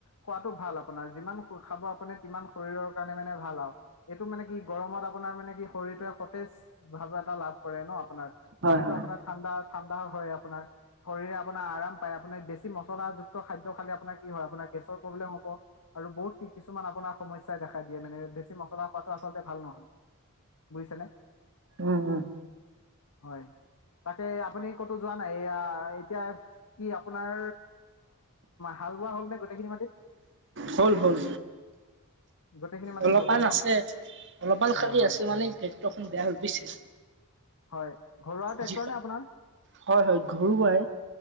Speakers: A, on the left; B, on the right.
A: খোৱাতো ভাল আপোনাৰ যিমান সু খাব আপুনি সিমান শৰীৰৰ কাৰণে মানে ভাল আৰু এইটো মানে কি গৰমত আপোনাৰ মানে কি শৰীৰটোৱে সতেজ ভাৱ এটা লাভ কৰে ন আপাৰ শৰীৰতো
B: হয় হয়
A: আপোনাৰ ঠাণ্ডা ঠণ্ডা হয় অঁ আপোনাৰ শৰীৰে আপোনাৰ আৰাম পায় আপোনাক বেছি বেছ মছলাযুক্ত খাদ্য খালে আপোনাৰ কি হয় আপোনাৰ গেছৰ প্ৰব্লেম হ'ব আৰু বহুত কিছুমান আপোনাৰ সমস্যাই দেখাই দিয়ে মানে বেছি মছলা খোৱাতটো আচলতে ভাল নহয় বুজিছে নে
B: উম উম
A: হয় তাকে আপুনি ক'তো যোৱা নাই এয়া এতিয়া কি আপোনাৰ হাল বোৱা হ'ল নে গোটেইখিনি মাটিত
B: হ'ল হ'ল
A: গোটেইখিনি মাটিত
B: অলপমান
A: হৈ গ'ল ন
B: আছে অলপমান
A: হয়
B: খালি
A: হয়
B: আছে মানে টেক্টৰৰ খন বেয়া হ বুছে
A: হয় ঘৰুৱা ট্ৰেক্টৰ
B: যি
A: নে আপোনাৰ
B: হয় হয় ঘৰুৱাই